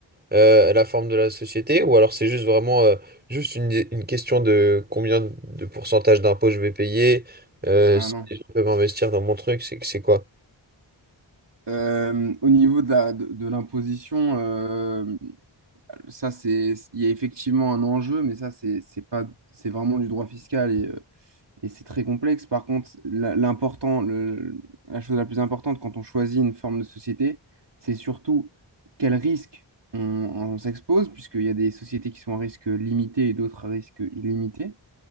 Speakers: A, on the right; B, on the right.
A: euh, la forme de la société, ou alors c'est juste vraiment euh, juste une, une question de combien de pourcentage d'impôts je vais payer, euh,
B: ah
A: si
B: non.
A: je peux investir dans mon truc, c'est c'est quoi?
B: Euh, au niveau de la, de, de l'imposition, euh, ça c'est, il y a effectivement un enjeu, mais ça c'est c'est pas, c'est vraiment du droit fiscal et, euh, et c'est très complexe. Par contre, la- l'important, le- la chose la plus importante quand on choisit une forme de société, c'est surtout quel risque on, on s'expose, puisqu'il y a des sociétés qui sont à risque limité et d'autres à risque illimité,